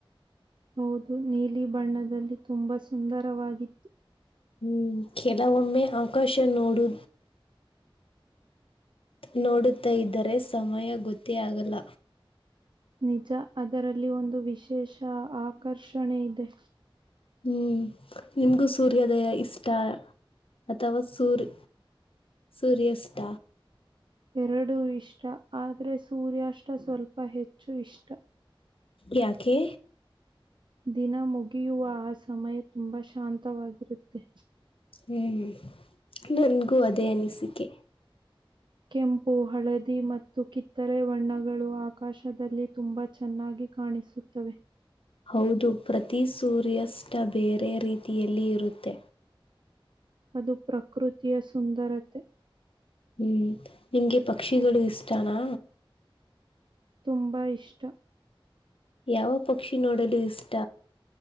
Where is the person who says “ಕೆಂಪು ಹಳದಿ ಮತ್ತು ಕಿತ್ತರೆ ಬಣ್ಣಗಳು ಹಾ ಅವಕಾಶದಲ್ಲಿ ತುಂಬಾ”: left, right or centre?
Right